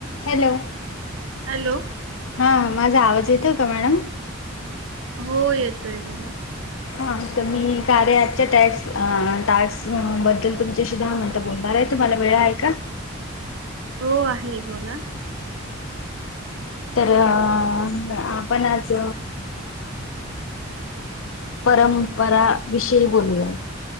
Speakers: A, on the left; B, on the right.
A: Hello.
B: Hello
A: हा माझा आवाज येतोय काय मॅडम?
B: हो येतोय बोला.
A: हा तर मी कार्या ऐपच्या टॅक्स अ टॅक्स अ बद्दल तुमचाशी दहा मिन टं बोलणार आहे तुम्हाला वेळा आहे का?
B: हो आहे बोला.
A: तर अ आपण आज परंपरा विषयी बोलू या.